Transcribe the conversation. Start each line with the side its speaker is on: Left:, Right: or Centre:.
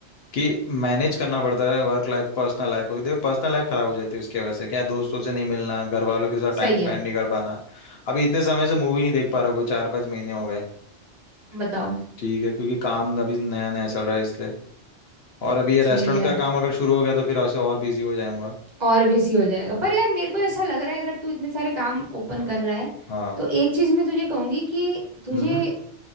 Left: कि मैनेज करना पड़ता है वर्क लाइफ पर्सनल लाइफ को देखो पर्सनल लाइफ खराब हो जाती है उसकी वजह से क्या दोस्तों से नहीं मिलना घर वालों के साथ टाइम
Right: सही
Left: स्पेंड
Right: है
Left: नहीं कर पाना अभी इतने समय से मूवी नहीं देख पा रहा कोई चार पांच महीने हो गए
Right: बताओ
Left: ठीक है क्योंकि काम अभी नया नया चल रहा है इसलिए और अभी ये
Right: सही
Left: रेस्टोरेंट
Right: है
Left: का काम अगर शुरू हो गया तो फिर ऐसे और बिजी हो जाऊंगा
Right: और बिजी हो जाएगा पर यार मेरे को ऐसा लग रहा है अगर तू इतने सारे काम ओपन कर रहा है
Left: हाँ
Right: तो एक चीज मैं तुझे कहूंगी कि तुझे
Left: हम्म